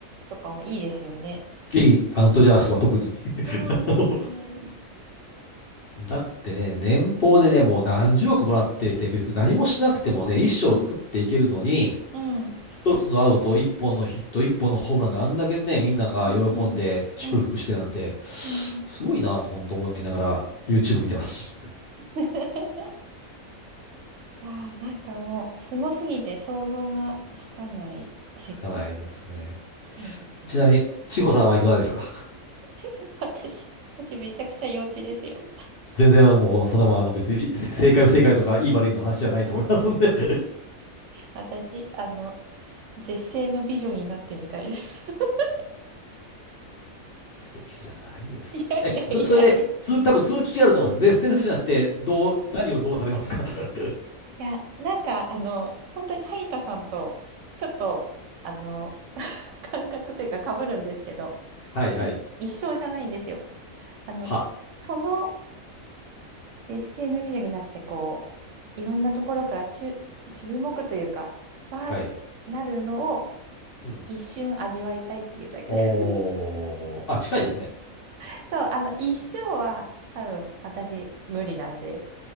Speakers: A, on the right (about 70°); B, on the left (about 55°).
A: とかもいいですよね。
B: いい、あのドジャースは特に。<laughs>
A: うんうんうん
B: あのだってね、年俸でね、もう何十億もらってて、別に何もしなくてもね、一生食っていけるのに、
A: うんうん
B: 一つのアウト、一本のヒット、一本のホームランであんだけね、みんなが喜んで祝福してなんて、
A: うんうんうん
B: すごいなと本当思いながら
A: うん
B: YouTube
A: うん
B: 見てます。
A: <laughs> いやーなんかもうすごすぎて想像がつかない世界。
B: つかないですね。
A: そうですね。
B: ちなみに、千穂さんはいかがですか
A: <laughs> 私、私めちゃくちゃ幼稚ですよ。
B: 全然もうそんなもんあの別に正解不正解とかいい悪いの話じゃないと思いますんで
A: 私、あの、絶世の美女になってみたいです。<laughs>
B: <laughs> 素敵じゃないですか。
A: いやいやいやいや
B: え、そ、それで、続き、多分続きがあると思うんです。絶世の美女になって、どう、何をどうされますか <laughs>
A: いや、なんか、あの、本当に萩田さんと、ちょっと、あの、<laughs> 感覚というか被るんですけど、
B: はいはい。
A: 一一緒じゃないんですよ。あの、
B: は、
A: その絶世の美女になって、こう、いろんなところから注、注目というか、わーってなるのを
B: はい。うん。
A: 一瞬味わいたいっていうだけです。
B: おー、あ、近いですね。
A: <laughs> そう、あの、一生は多分私無理なんで、